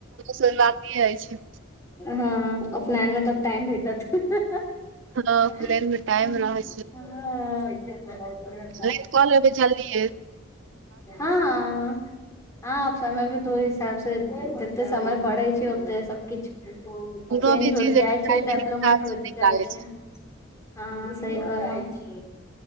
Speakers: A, on the right (about 60°); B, on the left (about 15°).
A: शुरुआती अछि
B: हँ उपनयनमे त टाइम भेटत हाँ
A: हँ उपनयन मे टाइम रहै नहि कॉलबै जल्दीए
B: हँ। आब समय भी तऽ ओहि हिसाब से जते समय बढ़ै छै ओते सब। किछ चेंज
A: कोनो भी
B: होइत
A: चीज
B: जाइ
A: एक
B: छै,
A: टाइमिंग
B: डेपलोपमेंट
A: हिसाब
B: होइत
A: से नीक
B: जाइ
A: लागै
B: छै, ह। सही कहलौं।